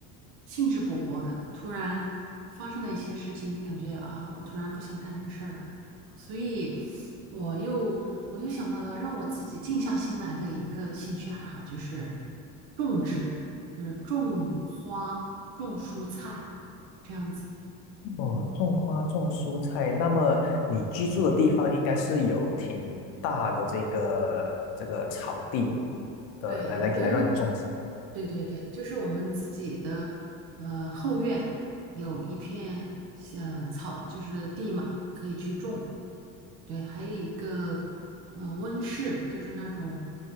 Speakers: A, on the right (about 75°); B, on the left (about 80°).
A: 兴致勃勃的，突然发生了一些事情，你感觉啊，我突然不想干这个事儿了，所以我又我又想到了让我自己静下心来的一个兴趣爱好，就是种植，就是种花、种蔬菜这样子。
B: 哦，种花种蔬菜，那么你居住的地方应该是有挺大的这个这个草地的，
A: 对，
B: 来来来让你种植。
A: 我们。对对对，就是我们自己的呃后院有一片像草，就是地嘛，可以去种。对，还有一个呃温室，就是那种